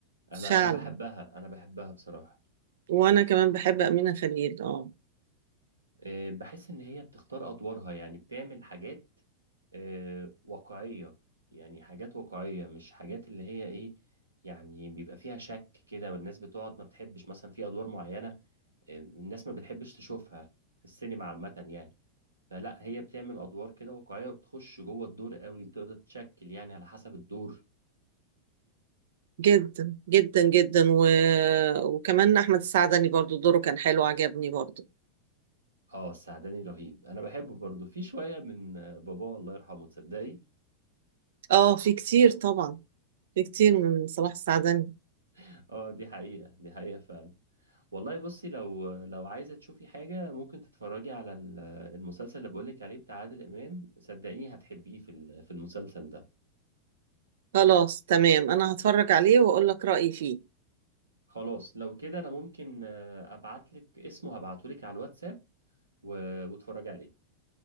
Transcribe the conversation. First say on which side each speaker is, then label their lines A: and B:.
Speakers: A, on the right; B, on the right.
A: انا
B: فعلا
A: انا بحبها انا بحبها بصراحة
B: وأنا كمان بحب أمينة خليل اه
A: آه، بحس ان هي بتختار ادوارها يعني بتعمل حاجات آه، واقعية يعني حاجات واقعية مش حاجات اللي هي ايه يعني بيبقى فيها شك كده والناس بتقعد ما بتحبش مثلا في ادوار معينة آه، الناس ما بتحبش تشوفها في السينما عامة يعني فلا هي بتعمل ادوار كده واقعية وبتخش جوه الدور قوي بتقدر تشكل يعني على حسب الدور
B: جدا جدا جدا و... وكمان احمد السعدني برضو دوره كان حلو عجبني برضو
A: اه السعداني رهيب انا بحبه برضه في شوية من آه، باباه الله يرحمه تصدقي
B: اه في كتير طبعا في كتير من صلاح السعدني
A: <laughs> اه دي حقيقة دي حقيقة فعلا والله بصي لو لو عايزة تشوفي حاجة ممكن تتفرجي على ال- المسلسل اللي بقولك عليه بتاع عادل إمام صدقيني هتحبيه في ال- في المسلسل ده
B: خلاص تمام انا هتفرج عليه واقول لك رأيي فيه
A: خلاص لو كده أنا ممكن آه، أبعتلك اسمه هبعتهولك على الواتساب و- واتفرجي عليه